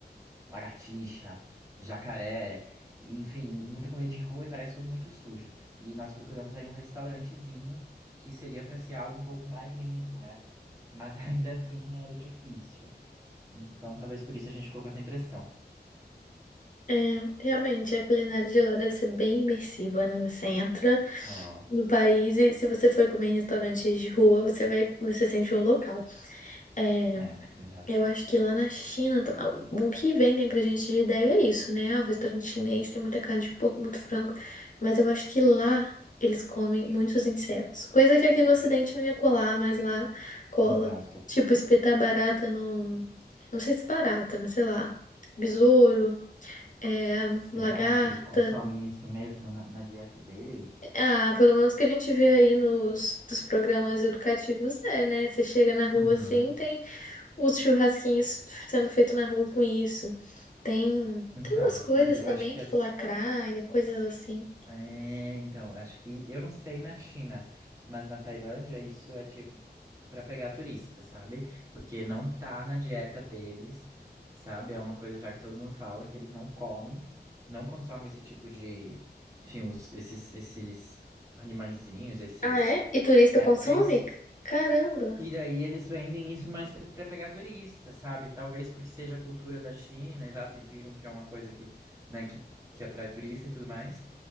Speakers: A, on the right; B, on the left.
A: lagartixa, jacaré, e, enfim, e muita comida de rua e parece tudo muito sujo. E nós procuramos aí um restaurantezinho que seria para ser algo um pouco mais limpo, né? Mas <laughs> ainda assim era difícil. Então talvez por isso a gente ficou com essa impressão.
B: É, realmente, a culinária de lá deve ser bem imersiva, né? Você entra
A: Ah,
B: no país e se você for comer em restaurantes de rua, você vai, você sente um local. é
A: É, exato.
B: Eu acho que lá na China, tam- ah, o que vendem pra gente de ideia é isso, né? Ah, o restaurante chinês tem muita carne de porco, muito frango. Mas eu acho que lá eles comem muitos insetos. Coisa que aqui no Ocidente não ia colar, mas lá cola.
A: Exato.
B: Tipo, espetar barata no. Não sei se barata, mas sei lá. Besouro, é, lagarta.
A: Será que eles consomem isso mesmo na, na dieta deles?
B: Ah, pelo menos que a gente vê aí nos dos programas educativos, é, né? Você chega na rua
A: Uhum.
B: assim, tem. os churrasquinhos sendo feito na rua com isso. Tem,
A: Então,
B: tem umas coisas
A: mas eu
B: também,
A: acho que
B: tipo
A: as.
B: lacraia, coisas assim.
A: É, então, acho que. Eu não sei na China, mas na Tailândia isso é tipo pra pegar turista, sabe? Porque não tá na dieta deles, sabe? É uma coisa já que todo mundo fala que eles não comem, não consomem esse tipo de. Enfim, os- esses, esses animaizinhos, esses
B: Ah, é? E turista
A: répteis,
B: consome? Caramba!
A: E daí eles vendem isso mais para pegar turista, sabe? Talvez porque seja a cultura da China, exato, e viram que é uma coisa que, né, que, que atrai turista e tudo mais,